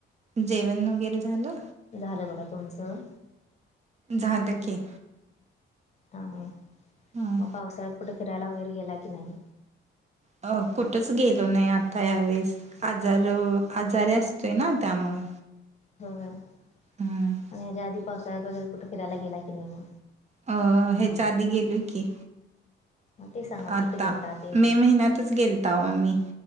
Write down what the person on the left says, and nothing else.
झालं बघा, तुमचं?
हां, ह,
मग पावसाळ्यात कुठे फिरायला वगैरे गेला की नाही?
ह ह. आणि
ह्याच्या्या आधी पावसाळ्यात वगैरे कुठं फिरायला गेला की नाही म?
मग ते सांगा
कुठे गेलता ते